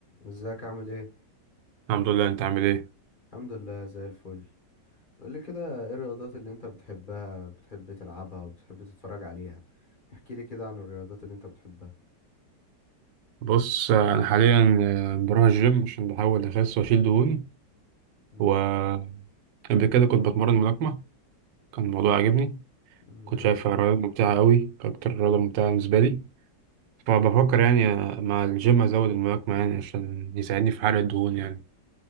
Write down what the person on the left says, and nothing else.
ازيك عامل ايه
الحمد لله زي الفل قول لي كده ايه الرياضات اللي انت بتحبها بتحب تلعبها وبتحب تتفرج عليها احكي لي كده عن الرياضات اللي انت بتحبها
امم
جامد